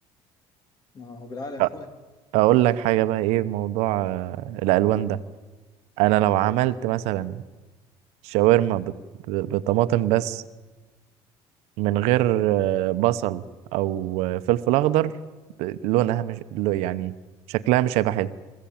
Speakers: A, on the left; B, on the right.
A: اه هو بالعقل يا اخويا
B: أ- اقول لك حاجة بقى ايه موضوع آه، الالوان ده انا لو عملت مثلا شاورما بط- ب- بطماطم بس من غير آه، بصل او آه، فلفل اخضر ب- لونها مش لو- يعني شكلها مش هيبقى حلو